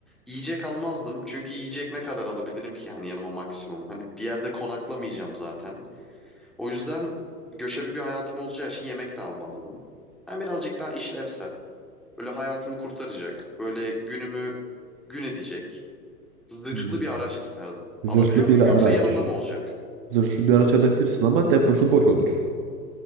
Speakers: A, in the centre; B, on the right (about 35°).
A: Yiyecek almazdım. Çünkü yiyecek ne kadar alabilirim ki yani yanıma maksimum. Hani bir yerde konaklamayacağım zaten. O yüzden göçebe bir hayatım olacağı için yemek de almazdım. Ben birazcık daha işlevsel. Böyle hayatımı kurtaracak. Böyle günümü gün edecek. Zırhlı
B: Hmm.
A: bir araç isterdim.
B: Zırhlı
A: Alabiliyor muyum
B: bir
A: yoksa
B: araç.
A: yanımda mı olacak?
B: Zırhlı bir araç alabilirsin ama deposu boş olur.